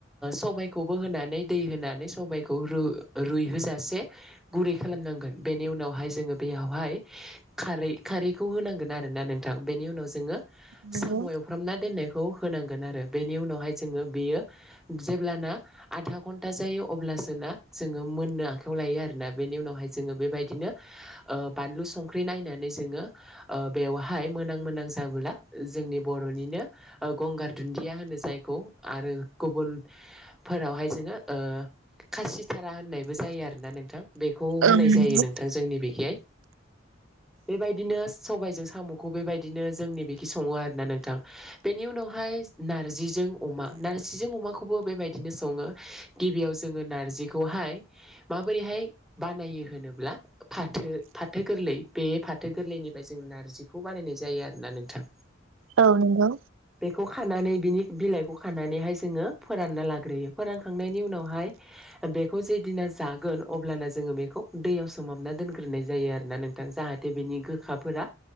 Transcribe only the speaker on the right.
नंगौ
औ नंगौ
औ नंगौ।